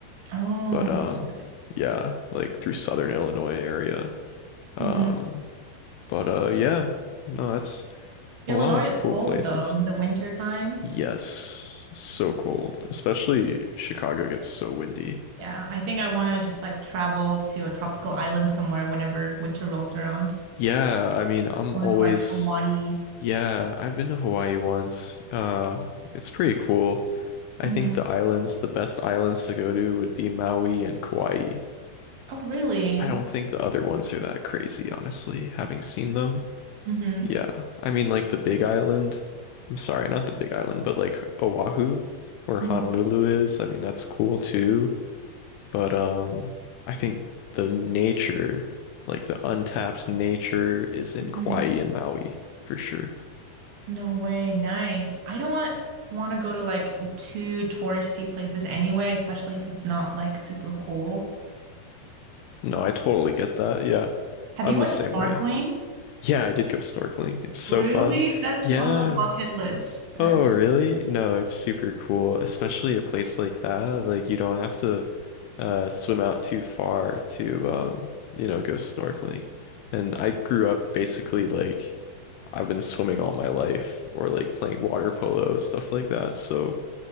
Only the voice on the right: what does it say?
Oh,
how was it?
hmm
Illinois
is
cold
though in the winter time.
Yeah, I think I want to just like travel to a tropical island somewhere whenever winter rolls around.
I want
to go like Hawaii.
hmm
Oh, really?
hmm
hmm
hmm
No way. Nice. I don't want want to go to like too touristy places anyway, especially if it's not like super cool.
Have
you
went
snorkeling?
Really?
That's
on my bucket list,
actually.